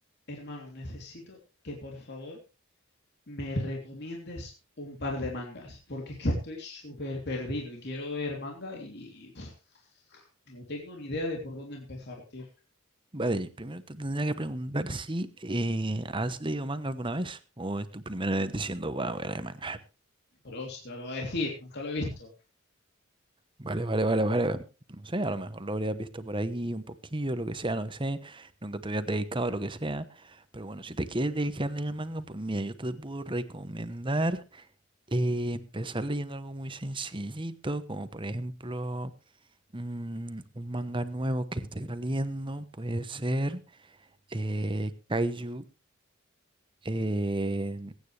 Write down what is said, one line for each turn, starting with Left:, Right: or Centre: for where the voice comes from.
Left: Hermano, necesito que por favor me recomiendes un par de mangas, porque es que estoy súper perdido y quiero ver manga y pff, no tengo ni idea de por dónde empezar, tío.
Right: Vale, primero te tendría que preguntar si eh, has leído manga alguna vez o es tu primera vez diciendo, va, voy a leer manga.
Left: Pero si te lo acabo de decir, nunca lo he visto.
Right: Vale, vale, vale, vale. No sé, a lo mejor lo habrías visto por ahí un poquillo, lo que sea, no sé. Nunca te habías dedicado a lo que sea. Pero bueno, si te quieres dedicar a leer manga, pues mira, yo te puedo recomendar eh, empezar leyendo algo muy sencillito, como por ejemplo mm, un manga nuevo que esté saliendo, puede ser eh, Kaiju. eh,